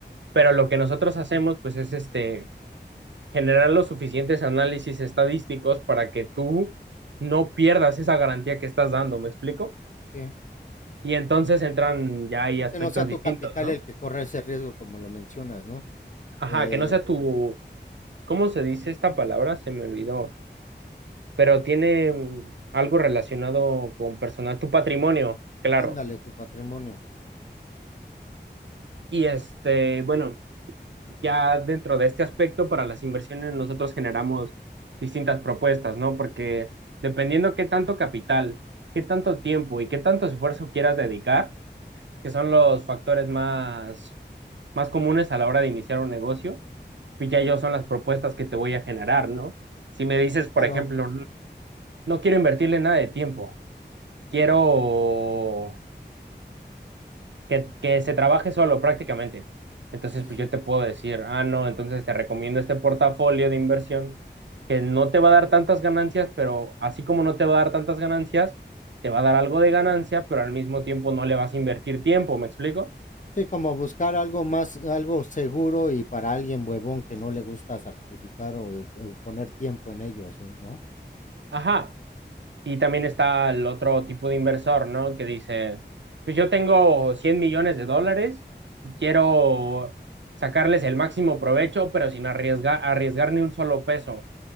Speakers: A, on the right; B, on the left.
A: Pero lo que nosotros hacemos, pues, es este, generar los suficientes análisis estadísticos para que tú no pierdas esa garantía que estás dando, ¿me explico?
B: sí.
A: Y entonces entran ya ahí
B: Sí,
A: aspectos
B: que no sea tu
A: distintos,
B: capital
A: ¿no?
B: el que corre ese riesgo, como lo mencionas, ¿no?
A: Ajá,
B: Eh,
A: que no sea tu, ¿Cómo se dice esta palabra? Se me olvidó. Pero tiene mm, algo relacionado con personal, tu patrimonio, claro.
B: ándale, tu patrimonio.
A: Y este, bueno, ya dentro de este aspecto, para las inversiones nosotros generamos distintas propuestas, ¿no? Porque dependiendo qué tanto capital, qué tanto tiempo y qué tanto esfuerzo quieras dedicar, que son los factores más, más comunes a la hora de iniciar un negocio, pues ya
B: Ujú,
A: ellos son las propuestas que te voy a generar, ¿no? Si me dices, por
B: Claro,
A: ejemplo, no no quiero invertirle nada de tiempo. quiero que, que se trabaje solo prácticamente. Entonces,
B: sí, sí,
A: pues
B: sí.
A: yo te puedo decir, ah, no, entonces te recomiendo este portafolio de inversión que no te va a dar tantas ganancias, pero así como no te va a dar tantas ganancias, te va a dar algo de ganancia, pero al mismo tiempo no le vas a invertir tiempo, ¿me explico?
B: Sí, como buscar algo más, algo seguro y para alguien huevón que no le gusta sacrificar o, o poner tiempo en ellos, eh, ¿no?
A: Ajá. Y también está el otro tipo de inversor, ¿no? Que dice, pues yo tengo 100 millones de dólares y quiero sacarles el máximo provecho, pero sin arriesgar, arriesgar ni un solo peso.